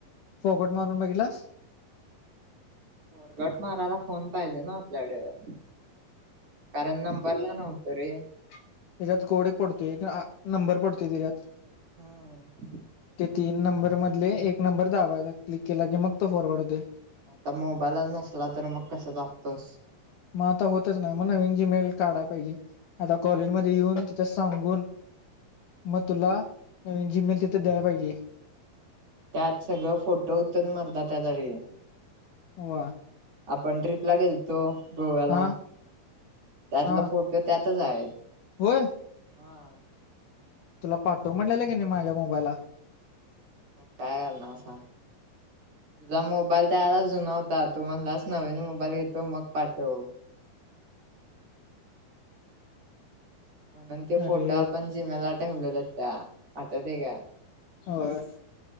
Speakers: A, on the left; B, on the right.
A: फॉरगॉट मारून बघितलास?
B: फॉरगॉट मारायला फोन पाहिजे ना आपल्याकडं. कारण नंबरला नव्ह त रे.
A: त्याज्यात कोड एक पडतोय <unintelligible> नंबर पडतोय त्याज्यात.
B: हम्म.
A: तीन नंबर मधले एक नंबर दाबायचा क्लिक केला की मग तो फॉरगॉट होतोय.
B: आता मोबाईलच नसला तर मग कसं दाबतोस?
A: म आता होतच नाही मग नवीन जीमेल काढाय पाहिजे आता कॉलेजमध्ये येऊन तिथं सांगून म तुला नवीन जीमेल तिथं द्याय पाहिजे.
B: त्यात सगळं फोटो हुतं <unintelligible>
A: वा.
B: आपण ट्रीपला गेलतो गोव्याला
A: हा
B: त्यातलं
A: हा
B: फोटो त्यात तच आहेत.
A: होय?
B: हा
A: तुला पाठव म्हणलेला क नाही माझ्या मोबाईलला?
B: मग काय करणार सांग तुझा मोबाईल त्या वेळेला जुना होता तू म्हणालास नवीन मोबाईल घेतो मग पाठव. म्हणून ते फोटो
A: अरे
B: आपण जी मेलला ठेवलेलं त्या आठवतंय का?
A: होय